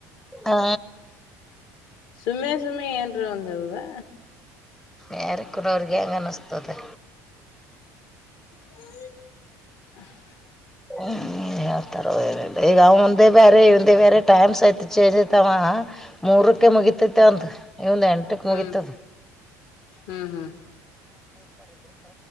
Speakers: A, in the centre; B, on the left.
A: ಹಾ
B: ಸುಮ್ಮೆ ಸುಮ್ಮೆ ಏನ್ರೆ ಒಂದ ಹೇಳುದಾ
A: ಯಾರಿಗಿ ಕೂನ್ ಅವ್ರಿಗೆ ಹೆಂಗ ಅನಸ್ತದ
B: ಹ್ಮ <inaudible>
A: ಹ್ಮ್ <unintelligible> ನೀನ್ ಹೇಳ್ತಾರೇ ಈಗ ಅವರದೇ ಬೇರೆ, ಇವರದೇ ಬೇರೆ ಟೈಮ್ಸ್ ಐತಿ ಚೇಂಜ್ಇರತಾವ ಮೂರಕ್ಕೆ ಮುಗತೈತೆಂದು. ಇವಂದು ಎಂಟಕ ಮುಗಿತಾದ.
B: ಹ್ಮ್ ಹ್ಮ್, ಹ್ಮ್